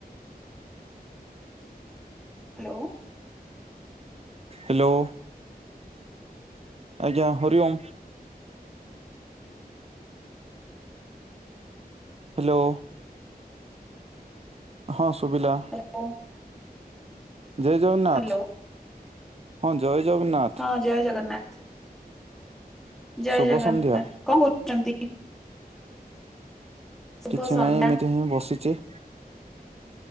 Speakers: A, in the centre; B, on the right (about 40°).
A: hello
B: hello ଆଜ୍ଞା। Hari Om. Hello ହଁ ସୁବିଲା।
A: <unintelligible>
B: ଜୟ ଜଗନ୍ନାଥ
A: ହ୍ୟାଲୋ
B: ହଁ ଜୟ ଜଗନ୍ନାଥ।
A: ହଁ ଜୟ ଜଗନ୍ନାଥ। ଜୟ
B: ଶୁଭ
A: ଜଗନ୍ନାଥ,
B: ସନ୍ଧ୍ୟା
A: କଣ କରୁଛନ୍ତି? ଶୁଭ
B: କିଛି
A: ସନ୍ଧ୍ୟା।
B: ନାହିଁ, ଏମିତି ହିଁ ବସିଚି।